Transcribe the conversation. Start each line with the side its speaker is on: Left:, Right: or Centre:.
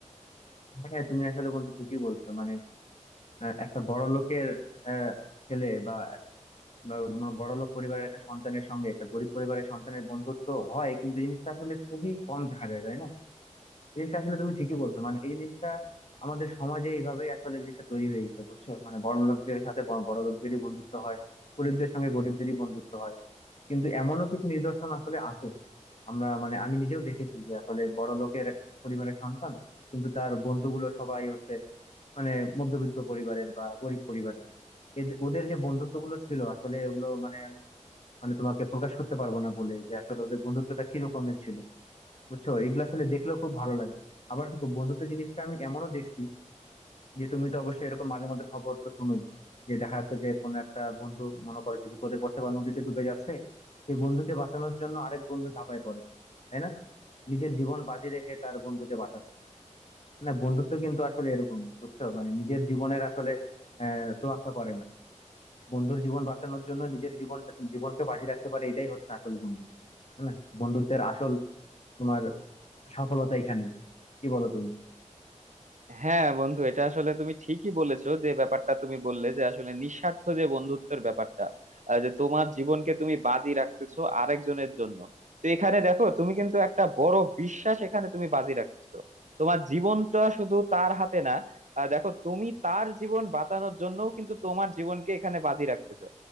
Left: হ্যাঁ তুমি আসলে বন্ধু ঠিকই বলছো মানে আহ, একটা বড় লোকের আহ, ছেলে বা বা মানে বড় লোক পরিবারের একটা সন্তানের সঙ্গে একটা গরিব পরিবারের সন্তানের বন্ধুত্ব হয় কিন্তু জিনিসটা আসলে খুবই কম দেখা যায় তাই না এই জিনিসটা আসলে তুমি ঠিকই বলছো মানে এই জিনিসটা আমাদের সমাজে এইভাবেই আসলে জিনিসটা তৈরি হয়ে গেছে বুঝছো মানে বড় লোকদের সাথে ব- বড় লোকদেরই বন্ধুত্ব হয় গরিবদের সঙ্গে গরিবদেরই বন্ধুত্ব হয় কিন্তু এমনও কিছু নিদর্শন আসলে আছে আমরা মানে আমি নিজেও দেখেছি যে আসলে বড় লোকের পরিবারের সন্তান কিন্তু তার বন্ধুগুলো সবাই হচ্ছে মানে মধ্যবিত্ত পরিবারের বা গরিব পরিবারের এদ- ওদের যে বন্ধুত্ব গুলো ছিল আসলে ওগুলো মানে আমি মানে তোমাকে প্রকাশ করতে পারবো না বলে যে আসলে ওদের বন্ধুত্বটা কি রকমের ছিল বুঝছো এগুলো আসলে দেখলেও খুব ভালো লাগে আবার দেখো বন্ধুত্ব জিনিসটা আমি এমনও দেখছি যে তুমি তো অবশ্যই এরকম মাঝে মধ্যে খবর তো শুনোই যে দেখা যাচ্ছে যে কোনো একটা বন্ধু মনে করো যে বিপদে পড়ছে বা নদীতে ডুবে যাচ্ছে সেই বন্ধুকে বাঁচানোর জন্য আরেক বন্ধু ঝাঁপায় পড়ে তাই না নিজের জীবন বাজি রেখে তার বন্ধুকে বাঁচাচ্ছে না বন্ধুত্ব কিন্তু আসলে এরকম বুঝছো মানে নিজের জীবনের আসলে আহ তোয়াক্কা করে না বন্ধুর জীবন বাঁচানোর জন্য নিজের জীবন জীবনকে বাজি রাখতে পারে এটাই হচ্ছে আসল বন্ধু তাই না বন্ধুত্বের আসল তোমার সফলতা এখানেই কি বলো তুমি
Right: হ্যাঁ বন্ধু এটা আসলে তুমি ঠিকই বলেছো যে ব্যাপারটা তুমি বললে যে আসলে নিঃস্বার্থ যে বন্ধুত্বের ব্যাপারটা আহ, যে তোমার জীবনকে তুমি বাজি রাখতেছো আরেকজনের জন্য তো এখানে দেখো তুমি কিন্তু একটা বড় বিশ্বাস এখানে তুমি বাজি রাখতেছো তোমার জীবনটা শুধু তার হাতে না আহ, দেখো তুমি তার জীবন বাঁচানোর জন্যও কিন্তু তোমার জীবনকে এখানে বাজি রাখতেছো